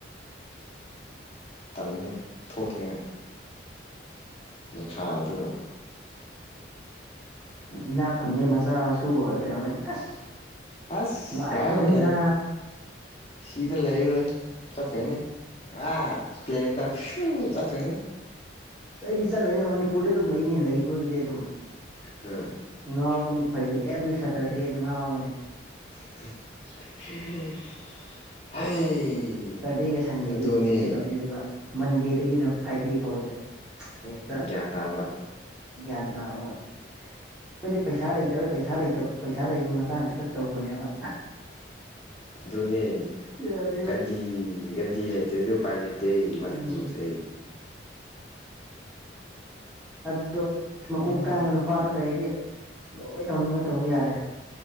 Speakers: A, on the left; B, in the centre.
A: ꯇꯟꯅꯦ ꯊꯣꯡꯉꯦ ꯅꯨꯡꯁꯥ ꯑꯗꯨꯒ
B: ꯏꯅꯥꯛ ꯈꯨꯟꯕꯩ ꯃꯆꯥ ꯃꯁꯨꯒ ꯑꯣꯏꯔ ꯂꯩꯔꯝꯃꯗꯤ ꯑꯁ
A: ꯑꯁ
B: ꯅꯨꯉꯥꯏꯗ
A: ꯌꯥꯔꯦ
B: ꯎꯅꯤ ꯏꯟꯅ
A: ꯂꯩ ꯁꯤꯗ ꯂꯩꯔꯣꯏ ꯆꯠꯀꯅꯤ ꯑ ꯄ꯭ꯂꯦꯟꯗ ꯄꯤꯌꯣꯔ ꯆꯊꯪ
B: ꯑꯩꯗꯤ ꯆꯠꯂꯣꯏꯅ ꯃꯅꯤꯄꯨꯔꯗ ꯑꯗꯨꯝ ꯂꯩꯅꯦ ꯂꯩꯕꯗꯨꯗꯤ ꯑꯗꯨꯝ
A: ꯎꯝ
B: ꯉꯥꯎꯒꯅꯤ ꯐꯩꯒꯤꯗꯤ ꯑꯦꯕ꯭ꯔꯤ ꯁꯦꯇꯔꯗꯦ ꯉꯥꯎꯔꯒꯅꯦ
A: <unintelligible>
B: ꯁꯦꯇꯔꯗꯦꯒ ꯁꯟꯗꯦꯗꯤ
A: ꯑꯗꯨꯅꯤ
B: ꯑꯗꯨꯝ ꯀꯩꯅꯣ ꯇꯧꯔꯅꯤ ꯑꯗꯨꯒ ꯃꯟꯗꯦꯗꯒꯤꯅ ꯐ꯭ꯔꯥꯏꯗꯦ ꯐꯥꯎꯁꯦ ꯍꯦꯛꯇ
A: ꯒ꯭ꯌꯥꯟ ꯇꯥꯕ
B: ꯒ꯭ꯌꯥꯟ ꯇꯥꯕ ꯑꯩꯣꯏꯗꯤ ꯄꯩꯁꯥ ꯂꯩꯇꯕꯩ ꯄꯩꯁꯥꯇ ꯄꯩꯁꯥ ꯂꯩꯕ ꯃꯇꯥꯡꯗ ꯈꯛ ꯇꯧꯕꯅꯦꯕ
A: ꯑꯗꯨꯅꯦ
B: ꯌꯥꯗꯦꯕ
A: ꯒꯟꯗꯤ ꯒꯟꯗꯤ ꯂꯩꯇ ꯑꯗꯨ ꯎꯄꯥꯏ ꯂꯩ ꯇꯩ ꯃꯅꯤꯄꯨꯔꯁꯦ
B: ꯎꯝ ꯑꯗꯨꯗꯣ
A: ꯈꯪꯗꯦꯗ
B: ꯃꯀꯣꯛ ꯇꯥꯡꯕ ꯅꯨꯄꯥꯗꯨ ꯂꯩꯔꯗꯤ ꯂꯣꯏ ꯇꯧꯅꯤꯡꯕ ꯇꯧꯕ ꯌꯥꯔꯦ